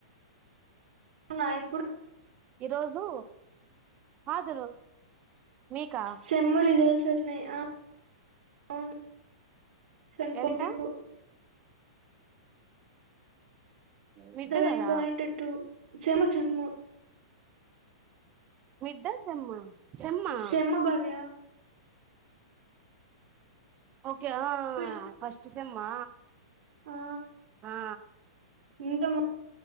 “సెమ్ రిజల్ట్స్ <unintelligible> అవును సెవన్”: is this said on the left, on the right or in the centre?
Right